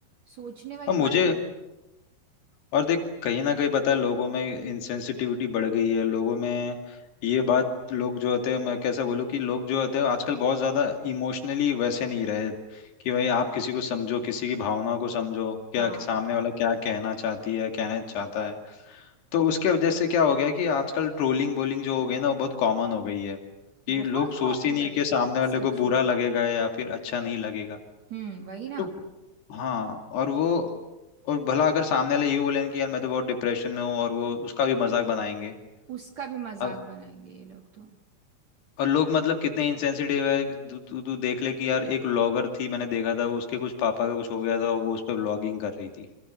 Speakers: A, on the right; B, on the left.
A: सोचने वाली
B: और मुझे
A: बात है
B: और देख कहीं ना कहीं पता है लोगों में इनसेंसिटिविटी बढ़ गई है लोगों में ये बात लोग जो होते हैं मैं कैसे बोलूँ कि लोग जो होते हैं आजकल बहुत ज़्यादा इमोशनली वैसे नहीं रहे कि भाई आप किसी को समझो किसी की भावनाओं को समझो क्या
A: हाँ
B: सामने वाला क्या कहना चाहती है कहना चाहता है तो उसके वजह से क्या हो गया कि आजकल ट्रोलिंग बोलिंग जो हो गई ना वो बहुत कॉमन हो गई है कि
A: बहुत
B: लोग सोचते
A: कॉमन
B: ही नहीं
A: कर
B: कि
A: दिया
B: सामने वाले
A: सच
B: को बुरा
A: में
B: लगेगा या फिर अच्छा नहीं लगेगा
A: हम्म वही ना
B: तो हाँ और वो और भला अगर सामने वाले ये भी बोलेंगे कि यार मैं तो बहुत डिप्रेशन में हूँ और वो उसका भी मजाक बनाएंगे
A: उसका भी मजाक
B: अब-
A: बनाएंगे ये लोग तो
B: और लोग मतलब कितने इंसेंसिटिव है कि तू तू तू देख ले कि यार एक व्लॉगर थी मैंने देखा था उसके कुछ पापा का कुछ हो गया था और वो उस पर व्लॉगिंग कर रही थी